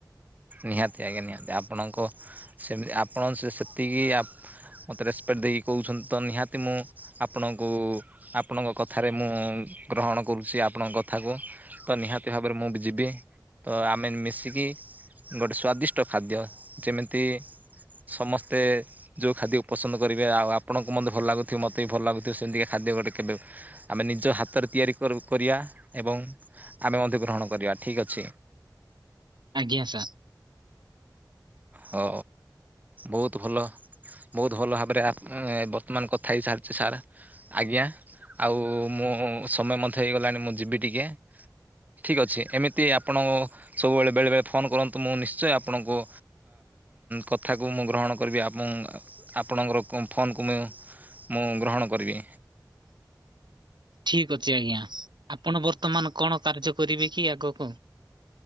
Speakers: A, on the right; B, on the right.
A: ନିହାତି ଆଜ୍ଞା ନିହାତି ଆପଣଙ୍କ ସେମିତି ଆପଣ ସେତିକି ମତେ ରେସପେକ୍ଟ ଦେଇକି କହୁଛନ୍ତି ତ ନିହାତି ମୁଁ ଆପଣଙ୍କୁ ଆପଣଙ୍କ କଥାରେ ମୁଁ ଗ୍ରହଣ କରୁଛି ଆପଣଙ୍କ କଥାକୁ ତ ନିହାତି ଭାବରେ ମୁଁ ବି ଯିବି ତ ଆମେ ମିଶିକି ଗୋଟେ ସ୍ଵାଦିଷ୍ଟ ଖାଦ୍ୟ ଯେମିତି ସମସ୍ତେ ଯୋଉ ଖାଦ୍ୟ ପସନ୍ଦ କରିବେ ଆଉ ଆପଣଙ୍କୁ ମତେ ଭଲ ଲାଗୁଥିବ ମତେ ବି ଭଲ ଲାଗୁଥିବ ସେମିତିକା ଖାଦ ଗୋଟେ କେବେ। ଆମେ ନିଜ ହାତରେ ତିଆରି କରିଆ ଏବଂ ଆମେ ମଧ୍ୟଗ୍ରହଣ କରିବା ଠିକ୍ ଅଛି।
B: ଆଜ୍ଞା ସାର୍।
A: ହଉ ବହୁତ ଭଲ। ବହୁତ ଭଲ ଭାବରେ ବର୍ତ୍ତମାନ କଥା ହେଇସାରିଛି ସାର୍। ଆଜ୍ଞା ଆଉ ମୁଁ ସମୟ ମଧ୍ୟ ହେଇଗଲାଣି ମୁଁ ଯିବି ଟିକେ ଠିକ୍ ଅଛି ଏମିତି ଆପଣ ସବୁବେଳେ ବେଳେବେଳେ ଫୋନ୍ କରନ୍ତୁ ମୁଁ ନିଶ୍ଚୟ ଆପଣଙ୍କୁ କଥାକୁ ମୁଁ ଗ୍ରହଣ କରିବି ଆ ଆପଣଙ୍କର ଫୋନକୁ ମୁଁ ମୁଁ ଗ୍ରହଣ କରିବି
B: ଠିକ ଅଛି ଆଜ୍ଞା ଆପଣ ବର୍ତ୍ତମାନ କଣ କାର୍ଯ୍ୟ କରିବେ କି ଆଗକୁ